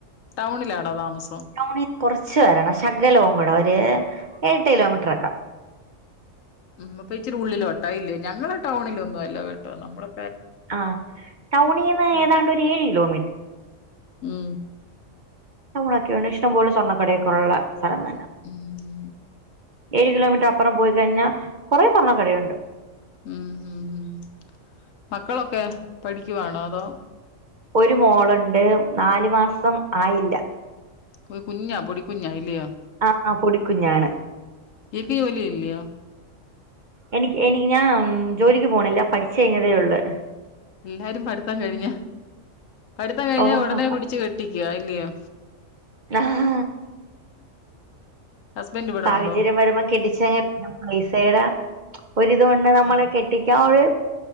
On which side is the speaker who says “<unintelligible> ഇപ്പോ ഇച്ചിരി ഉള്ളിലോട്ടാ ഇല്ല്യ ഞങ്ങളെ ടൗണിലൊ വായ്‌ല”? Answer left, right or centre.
Left